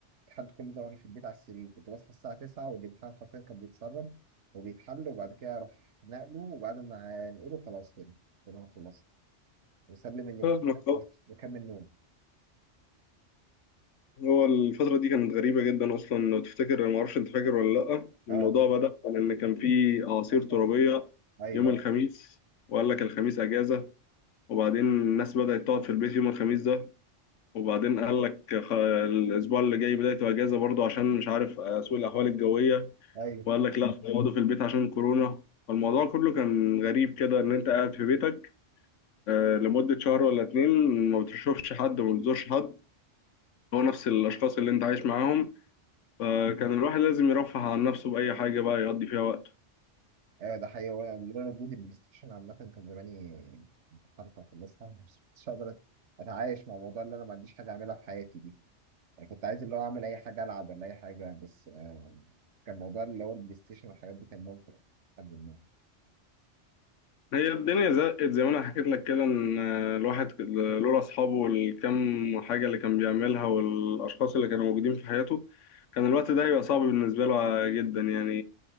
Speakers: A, on the right (about 70°); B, on the left (about 80°).
A: امتحنت كل ده وانا في البيت على السرير كنت بصحى الساعه 9 والامتحان حرفيا كان بيتسرب وبيتحل وبعد كده اروح نقله وبعد ما نقله خلاص كده كده انا خلصت واسلم الامتحان
B: فاهمك آه.
A: بس واكمل نوم
B: هو الفترة دي كانت غريبة جدا أصلا لو تفتكر أنا معرفش أنت فاكر ولا لأ
A: اه
B: الموضوع بدأ عن إن كان في أعاصير
A: <laughs> حصل.
B: ترابية
A: ايوه
B: يوم الخميس وقال لك الخميس أجازة وبعدين الناس بدأت تقعد في البيت يوم الخميس ده وبعدين قال لك خ- الأسبوع اللي جاي بدايته أجازة برضه عشان مش عارف آه، سوء الأحوال الجوية
A: ايوه
B: وقال لك لا اقعدوا في البيت عشان كورونا فالموضوع كله كان غريب كده ان انت قاعد في بيتك آه، لمدة شهر ولا اتنين ما بتشوفش حد وما بتزورش حد هو نفس الاشخاص اللي انت عايش معاهم فكان الواحد لازم يرفه عن نفسه بأي حاجة بقى يقضي فيها وقته
A: ايوه ده حقيقي وانا لولا وجود البلاي ستيشن عامة كان زماني كنت حرفة في الناس مش كنتش هقدر اتعايش مع الموضوع اللي انا ما عنديش حاجة اعملها في حياتي دي يعني كنت عايز اللي هو اعمل اي حاجة العب ولا اي حاجة بس آه، كان موضوع اللي هو البلاي ستيشن والحاجات دي كان ممتع الحمد لله
B: هي الدنيا زقت زي ما انا حكيت لك كده ان آه، الواحد لولا اصحابه والكم حاجه اللي كان بيعملها والاشخاص اللي كانوا موجودين في حياته كان الوقت ده هيبقى صعب بالنسبه له جدا يعني